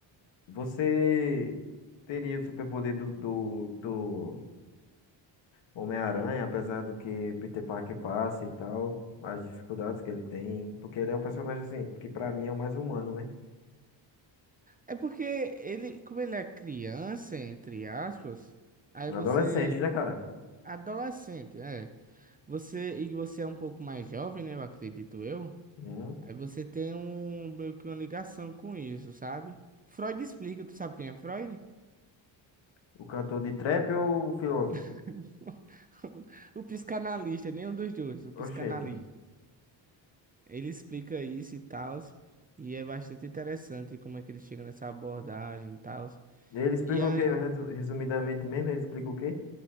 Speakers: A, on the left (about 70°); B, on the right (about 20°).
A: você teria o superpoder do, do, do Homem-Aranha, apesar do que Peter Parker passa e tal, as dificuldades que ele tem, porque ele é um personagem assim, que pra mim é o mais humano, né?
B: É porque ele, como ele é criança, entre aspas, aí
A: Um
B: você.
A: adolescente, né, cara?
B: Adolescente, é. Você, e você é um pouco mais jovem, né? Eu acredito eu.
A: Hum.
B: Aí você tem um, meio que uma ligação com isso, sabe? Freud explica, tu sabe quem é Freud?
A: O cantor de trap ou o filósofo?
B: <laughs> O psicanalista, nenhum dos dois, o psicanalista.
A: Oxente.
B: Ele explica isso e tal, e é bastante interessante como é que ele chega nessa abordagem e tal.
A: Ele explica
B: E aí,
A: o quê? Resu- Resumidamente mesmo, ele explica o quê?